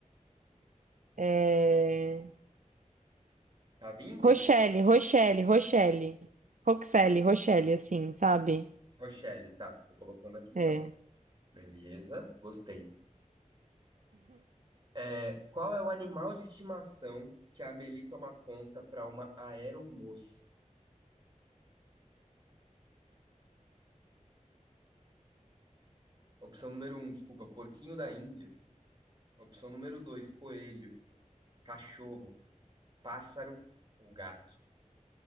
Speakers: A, on the right; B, on the right.
A: É.
B: Tá vindo?
A: Rochelle, Rochelle, Rochelle. Roxelle, Rochelle, assim, sabe?
B: Rochelle, tá. Tô colocando aqui então.
A: É.
B: Beleza, gostei. É, qual é o animal de estimação que a Amélie toma conta para uma aeromoça? Opção número um, desculpa, porquinho da Índia. Opção número 2, coelho. cachorro, pássaro ou gato?